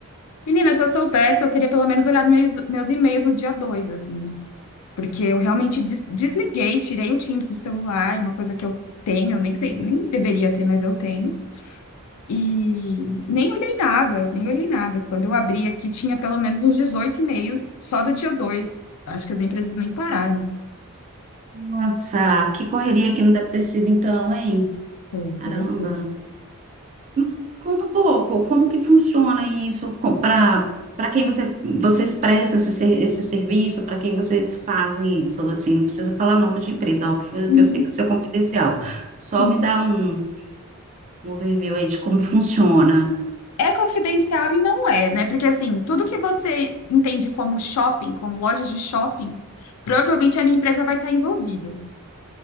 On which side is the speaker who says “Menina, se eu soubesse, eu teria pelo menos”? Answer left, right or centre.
Left